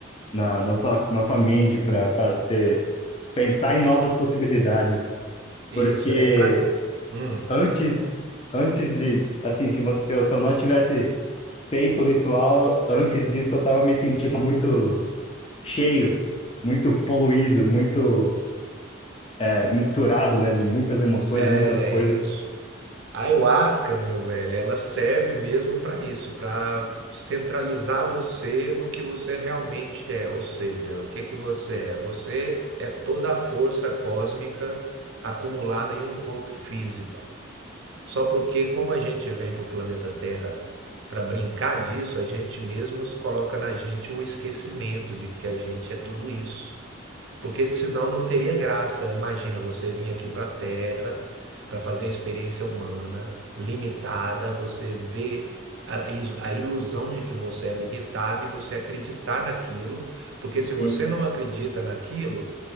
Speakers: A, on the left; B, on the right.
A: na, nossa nossa mente para ter pensar em novas possibilidades,
B: Isso,
A: porque
B: é pra. Hum,
A: antes antes de assim, se você se eu não tivesse feito o ritual, antes disso eu tava me sentindo muito cheio, muito poluído, muito é, misturado, né, de muitas emoções,
B: é
A: muitas coisas.
B: isso. A ayahuasca, meu velho, ela serve mesmo para isso, para centralizar você no que você realmente é, ou seja, o que que você é? Você é toda a força cósmica acumulada em um corpo físico. Só porque como a gente vem para o planeta Terra para brincar disso, a gente mesmos coloca na gente o esquecimento de que a gente é tudo isso. Porque senão não teria graça. Imagina você vir aqui para a Terra para fazer a experiência humana limitada, você vê a, is- a ilusão de que você é limitado e você acreditar naquilo, porque se você
A: Uhum.
B: não acredita naquilo,